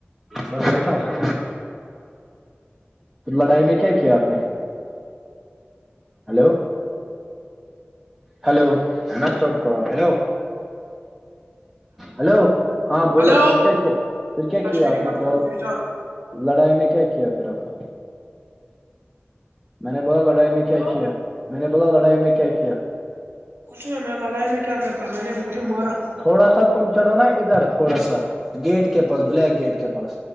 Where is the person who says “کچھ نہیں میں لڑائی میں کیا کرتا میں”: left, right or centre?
Right